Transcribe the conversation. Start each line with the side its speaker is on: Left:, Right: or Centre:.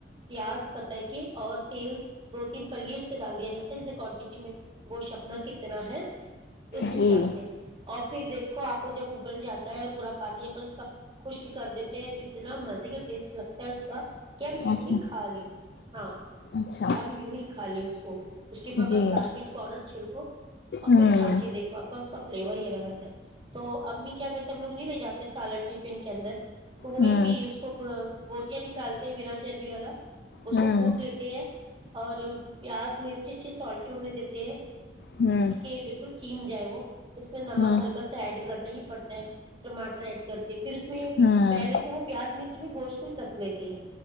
Right: پیاز کتر کے اور تیل دو تین پلی اس پہ ڈال دیا جاتا ہے جے کوانٹٹی میں گوشت اپنا کتنا ہے اس حساب
Left: جی
Right: سے اور پھر دیکھو آپ جب ابل جاتا ہے اور پورا پانی اس کا خشک کر دیتے ہیں تو اتنا مزے کا ٹیسٹ لگتا ہے اس کا کہ ہم یوں
Left: اچھا
Right: ہی کھا لے ہاں
Left: اچھا
Right: ہم یوں ہی کھا لے اس کو ا اس کےوپر
Left: جی
Right: بس
Left: ہوں
Right: لال مرچ پاؤڈر چھڑکو اور
Left: ہوں
Right: پھر کھا کے دیکھو آپ کو اس کا فلیور ہی الگ آتا ہے تو امی کیا کرتے ہیں ہم لو نہیں لے جاتے سالن ٹفن کے اندر تو وہی
Left: ہوں
Right: پی اس کو بوٹیاں نکالتے ہیں بنا چربی والا اس
Left: ہوں
Right: کو کوٹ لیتے ہیں اور پیاز مرچی اچھی سالٹی ہونے دیتے ہیں
Left: ہوں
Right: یہ بالکل کھیم جائے وہ اس میں نمک
Left: ہوں
Right: ہلکا ایڈ کرنا ہی پڑتا ہے ٹماٹر ایڈ کرتے پھر اس میں
Left: ہوں
Right: پہلے تو وہ پیاز مرچ میں گوشت کو ہی کس لیتے ہیں